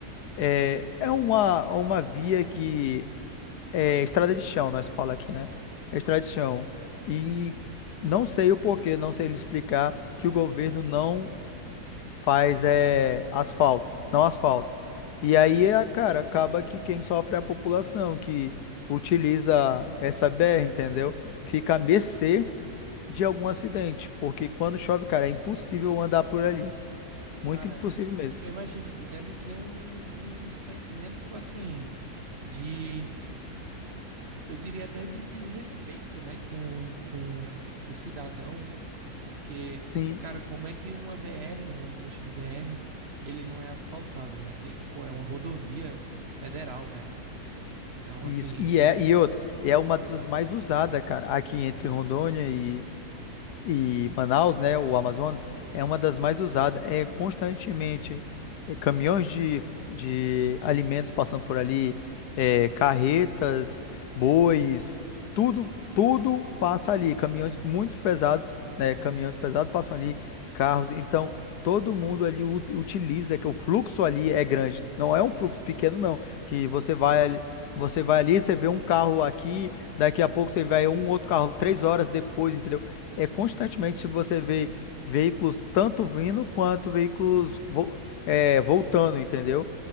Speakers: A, on the left; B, on the right.
A: É, é uma, uma via que é estrada de chão, nós fala aqui, né? É estrada de chão. E não sei o porquê, não sei lhe explicar que o governo não faz é, asfalto, não asfalto. E aí, a- cara, acaba que quem sofre é a população que utiliza essa BR, entendeu? Fica à mercê de algum acidente, porque quando chove, cara, é impossível andar por ali. Muito
B: Cara,
A: impossível mesmo.
B: eu imagino, e deve ser um, um sentimento assim de, eu diria até de desrespeito, né, com, com o cidadão, porque,
A: Sim,
B: cara, como é que uma BR, né, um trecho de BR, ele não é asfaltado, né, que, pô, é uma rodovia federal, né, então,
A: Isso,
B: assim,
A: e
B: eu
A: é,
B: imagino,
A: e outra, é uma das mais usadas, cara, aqui entre Rondônia e, e Manaus, né, o Amazonas, é uma das mais usadas. É constantemente é, caminhões de, de alimentos passando por ali, é, carretas, bois, tudo, tudo passa ali. Caminhões muito pesados, né, caminhões pesados passam ali, carros. Então, todo mundo ali ut- utiliza, que o fluxo ali é grande. Não é um fluxo pequeno, não, que você vai ali. Você vai ali, você vê um carro aqui, daqui a pouco você vê um outro carro três horas depois, entendeu? É constantemente você vê veículos tanto vindo quanto veículos vo- é, voltando, entendeu?